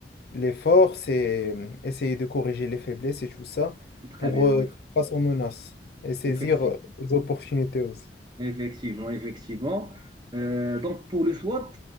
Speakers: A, on the left; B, on the right.
A: les forces et euh, essayer de corriger les faiblesses et tout ça
B: C'est Très
A: pour
B: bien,
A: euh,
B: oui.
A: faire face aux menaces et saisir
B: Effectivement.
A: euh, les opportunités aussi.
B: Effectivement, effectivement. Euh, donc, pour le SWOT,